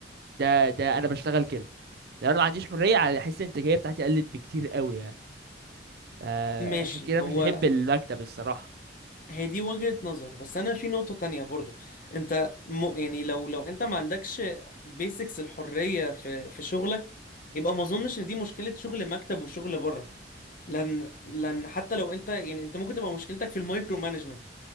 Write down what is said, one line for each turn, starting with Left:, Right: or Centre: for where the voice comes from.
Right: ده ده انا بشتغل كده لو انا ما عنديش حريه على احس الانتاجيه بتاعتي قلت بكتير قوي يعني آه،
Left: ماشي
Right: عشان كده
Left: هو
Right: مش بحب المكتب الصراحة
Left: هي دي وجهة نظر بس انا في نقطة تانية برضو انت م... يعني لو لو انت ما عندكش بيسكس الحرية في في شغلك يبقى ما اظنش ان دي مشكلة شغل مكتب وشغل بره لان لان حتى لو انت يعني انت ممكن تبقى مشكلتك في المايكرو مانجمنت